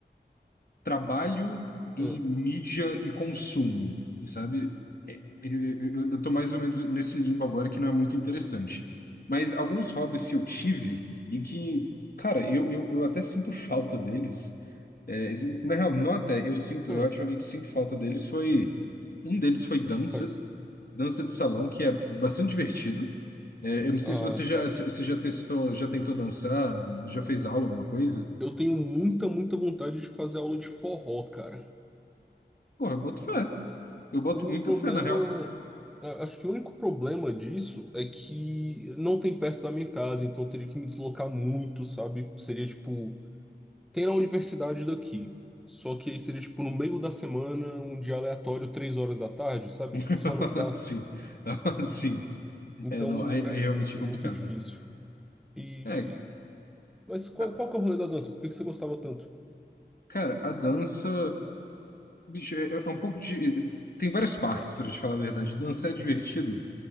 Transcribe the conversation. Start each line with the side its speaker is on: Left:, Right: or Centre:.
Left: trabalho e
Centre: Ah,
Left: mídia e consumo, sabe? É, Eu, eu, eu tô mais ou menos nesse limbo agora que não é muito interessante. Mas alguns hobbies que eu tive e que, cara, eu, eu, eu até sinto falta deles. É, na real, não até, eu sinto,
Centre: ah,
Left: eu ativamente sinto falta deles. Foi, um deles foi dança,
Centre: faz.
Left: dança de salão, que é bastante divertido. É, eu não sei
Centre: Ah,
Left: se você já,
Centre: cara.
Left: se você já testou, já tentou dançar, já fez aula, alguma coisa.
Centre: Eu tenho muita, muita vontade de fazer aula de forró, cara.
Left: Porra, eu boto fé. Eu boto
Centre: O
Left: muita
Centre: problema,
Left: fé, na real.
Centre: a- acho que o único problema disso é que não tem perto da minha casa, então eu teria que me deslocar muito, sabe? Seria tipo, tem na universidade daqui. Só que aí seria tipo no meio da semana, um dia aleatório, três horas da tarde, sabe?
Left: <laughs>
Centre: Tipo, só não dá.
Left: Sim, <laughs> sim.
Centre: Então
Left: É, não, aí, aí
Centre: é,
Left: realmente é
Centre: é- é
Left: complicado.
Centre: muito difícil. E
Left: É,
Centre: mas qual,
Left: a-
Centre: qual que é o rolê da dança? Por que que você gostava tanto?
Left: cara, a dança, bicho, é, é um pouco de. Tem várias partes, pra te falar a verdade. Dançar é divertido